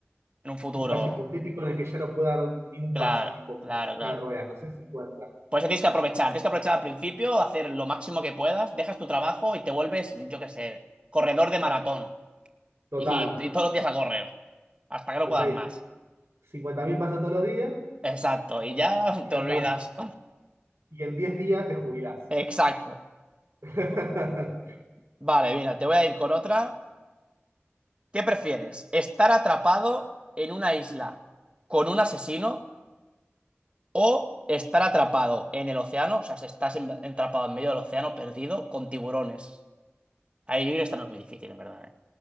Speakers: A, on the right (about 25°); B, on the right (about 85°).
A: en un futuro.
B: en un caso hipotético en el que ya no pueda dar ni un
A: Claro,
B: paso, tipo
A: claro,
B: silla
A: claro.
B: de ruedas, no sé, cincuenta
A: Por eso tienes que aprovechar. Tienes que aprovechar al principio, hacer lo máximo que puedas, dejas tu trabajo y te vuelves, yo qué sé, corredor de maratón.
B: Total,
A: Y, y todos los días a correr. Hasta que no
B: entonces
A: puedas más.
B: 50.000 pasos todos los días
A: Exacto. Y ya <laughs>
B: y
A: te
B: ya
A: olvidas.
B: está. y en 10 días te jubilás.
A: Exacto.
B: <laughs>
A: Vale, mira, te voy a ir con otra. ¿Qué prefieres? ¿Estar atrapado en una isla con un asesino o estar atrapado en el océano? O sea, si estás en- atrapado en medio del océano perdido con tiburones. Ahí yo creo que esta no es muy difícil, en verdad, ¿eh?